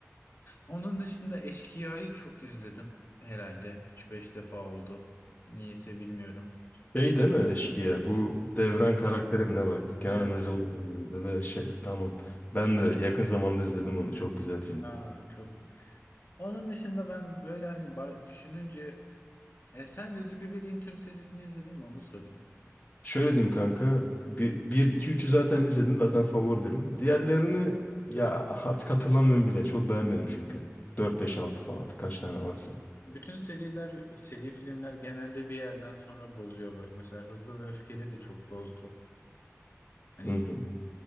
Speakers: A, on the left; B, on the left.
A: Onun dışında Eşkıya'yı çok izledim. Herhalde üç beş defa oldu. Niyeyse bilmiyorum.
B: Şey değil mi eşkıya? Bu Devran karakterim ne var? Kenan
A: Evet
B: İmirzalıoğlu
A: evet.
B: oynuyordu ve şey tamam. Ben de yakın zamanda izledim onu. Çok güzel film.
A: Aa, çok. Onun dışında ben böyle hani ba- düşününce e, sen Recep İvedik'in tüm serisini izledin mi? Onu sorayım.
B: Şöyle diyeyim kanka. bir bir iki 3'ü zaten izledim. Zaten favorilerim. Diğerlerini ya artık hatırlamıyorum bile. Çok beğenmedim çünkü. 4 5 6 falan artık kaç tane varsa.
A: Bütün seriler, seri filmler genelde bir yerden sonra bozuyor böyle. Mesela Hızlı ve Öfkeli de çok bozdu. Hani
B: Hı hı.